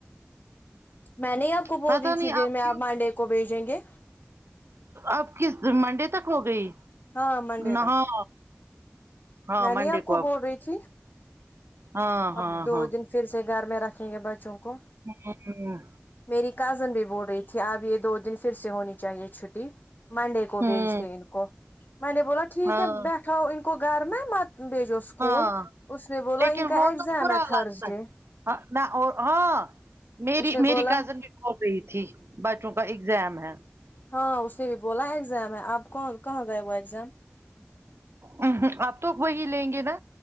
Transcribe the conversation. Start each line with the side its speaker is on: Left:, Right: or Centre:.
Left: میں نے آپ کو بول
Right: پتہ
Left: رہی
Right: نہیں
Left: تھی دن میں آپ
Right: کیوں
Left: منڈے کو بھیجیں گے
Right: اب کس منڈے تک ہو گئی
Left: ہاں منڈے
Right: نہ
Left: تک
Right: ہاں ہاں
Left: میں نہیں
Right: منڈے
Left: آپ کو
Right: اب
Left: بول رہی تھی
Right: ہاں ہاں
Left: اب دو
Right: ہاں
Left: دن پھر سے گھر میں رکھیں گے بچوں کو
Right: ہو ہوں
Left: میری کزن بھی بول رہی تھی اب یہ دو دن پھر سے ہونی چاہیے چھوٹی منڈے کو
Right: ہوں
Left: بھیج دے ان کو میں نے بولا ٹھیک
Right: ہاں
Left: ہے بیٹھاؤ ان کو گھر میں مت بھیجو اسکول
Right: ہاں
Left: اس نے بولا
Right: لیکن
Left: ان کا
Right: وہ
Left: ایگزام
Right: تو برا
Left: ہے تھرز
Right: لگتا
Left: ڈے
Right: ہے ہاں میں اور ہاں میری
Left: اس نے
Right: میری
Left: بولا
Right: کزن ہو گئی تھی بچوں کا ایگزام ہے
Left: ہاں اس نے بھی بولا ایگزام ہے آپ کون کہاں گئے ہوا ایگزام
Right: اہن آپ تو وہی لیں گے نا